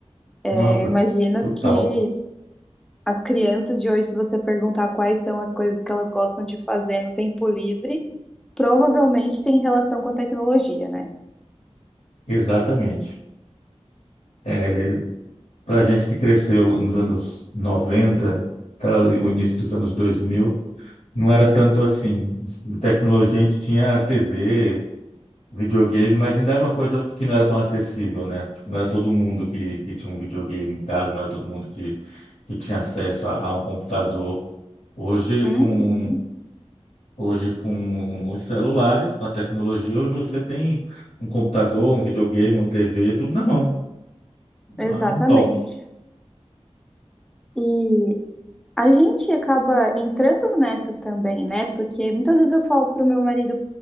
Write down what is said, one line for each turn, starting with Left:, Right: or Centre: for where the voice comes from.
Left: Nossa,
Centre: Eu imagino
Left: total.
Centre: que as crianças de hoje, se você perguntar quais são as coisas que elas gostam de fazer no tempo livre, provavelmente tem relação com a tecnologia, né?
Left: Exatamente. É, para gente que cresceu nos anos 90 até ali o início dos anos 2000 não era tanto assim. De tecnologia a gente tinha TV, videogame, mas ainda era uma coisa que não era tão acessível, né? Tipo, não era todo mundo que, que tinha um videogame em casa, não era todo mundo que, que tinha acesso a a um computador. Hoje,
Centre: Uhum,
Left: com Hoje, com os celulares, com a tecnologia, hoje você tem um computador, um videogame, uma TV, tudo na mão,
Centre: exatamente.
Left: a um toque.
Centre: E A gente acaba entrando nessa também, né? Porque muitas vezes eu falo pro meu marido